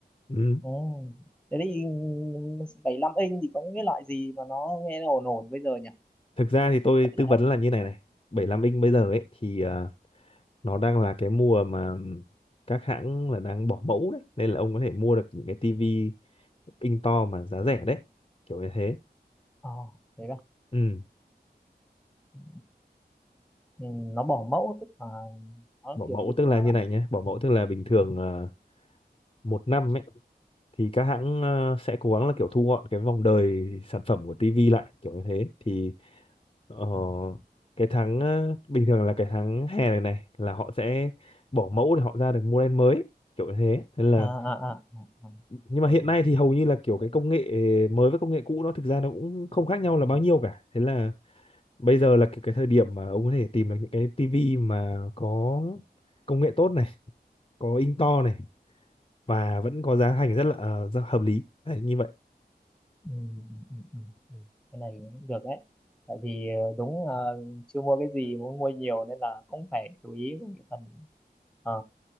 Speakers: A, on the left; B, in the centre.
A: ừ.
B: ừ. thế thì ừm, bảy mươi lăm inch thì có những cái loại gì mà nó nghe nó ổn ổn bây giờ nhỉ
A: thực ra thì tôi
B: Vẫn
A: tư
B: là
A: vấn
B: nó-
A: là như này này bảy mươi lăm inch bây giờ ấy thì ờ, nó đang là cái mùa mà ừm, các hãng là đang bỏ mẫu đấy nên là ông có thể mua được những cái tivi inch to mà giá rẻ đấy kiểu như thế
B: ờ thế cơ
A: ừ.
B: à? Ừ, nó bỏ mẫu tức là nó
A: bỏ
B: kiểu
A: mẫu
B: như
A: tức
B: thế nào
A: là như
B: bạn
A: này nhé bỏ mẫu tức là bình thường ờ, một năm ấy thì các hãng ờ, sẽ cố gắng là kiểu thu gọn cái vòng đời sản phẩm của TV lại kiểu như thế thì ờ,
B: Ừ.
A: cái tháng ờ, bình thường là cái tháng hè này này là họ sẽ bỏ mẫu để họ ra được model mới kiểu như thế nên là
B: à à à, à, à.
A: nhưng mà
B: Ừ,
A: hiện nay thì hầu như là kiểu
B: ừ,
A: cái công
B: ừ,
A: nghệ mới với công nghệ cũ nó thực ra nó cũng không khác nhau là bao nhiêu cả thế là bây giờ là kiểu cái thời điểm mà ông có thể tìm được những cái TV mà có công nghệ tốt này có in to này và vẫn có giá thành rất là ờ, rất hợp lý Đấy, như vậy
B: ừ, ừ, ừ, ừ. cái này cũng được đấy tại vì ờ, đúng ờ, chưa mua cái gì muốn mua nhiều nên là cũng phải chú ý đến cái phần ờ,